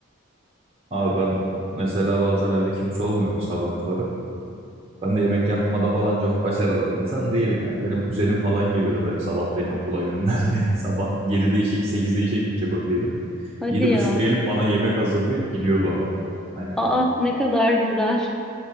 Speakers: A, on the right; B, in the centre.
A: Abi ben mesela bazen evde kimse olmuyordu sabahları. Ben de yemek yapmada falan çok başarılı bir insan değilim yani. Benim kuzenim falan geliyordu böyle sabah beni okula göndermeye. <laughs> Sabah 7'de işe, 8'de işe gidecek o diyelim.
B: Hadi
A: Yedi buçukta
B: ya.
A: gelip bana yemek hazırlayıp gidiyordu adam. Hani
B: Aa ne kadar güzel.